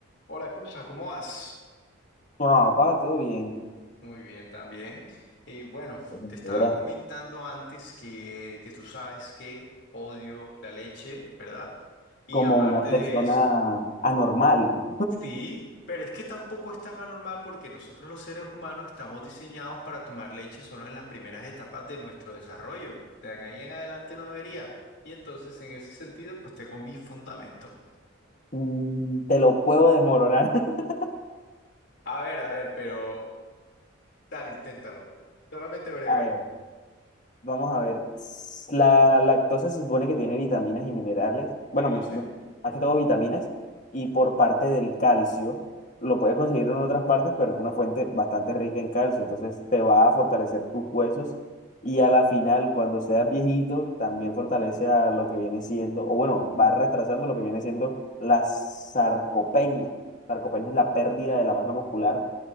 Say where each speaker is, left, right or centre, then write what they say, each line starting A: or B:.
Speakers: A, on the left; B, on the left.
A: Hola, Cusa, ¿cómo vas?
B: Bueno, papá, todo bien.
A: Muy bien, también. Y bueno,
B: Pues,
A: te estaba
B: Eras
A: comentando antes que, que tú sabes que odio la leche, ¿verdad? Y
B: como
A: aparte
B: una persona
A: de eso,
B: anormal.
A: sí, pero es que tampoco es tan anormal porque nosotros los seres humanos estamos diseñados para tomar leche solo en las primeras etapas de nuestro desarrollo. De ahí en adelante no debería. Y entonces, en ese sentido, pues tengo mi fundamento.
B: Mm, Te lo puedo desmoronar. <laughs>
A: A ver, a ver, pero dale, inténtalo. Solamente breve.
B: A ver, Vamos a ver, s- la lactosa se supone que tiene vitaminas y minerales, bueno,
A: Sí, lo
B: mi-
A: sé.
B: bueno, más que todo vitaminas, y por parte del calcio, lo puedes conseguir en otras partes, pero es una fuente bastante rica en calcio, entonces te va a fortalecer tus huesos y a la final, cuando seas viejito, también fortalece a lo que viene siendo, o bueno, va retrasando lo que viene siendo la sarcopenia. Sarcopenia es la pérdida de la masa muscular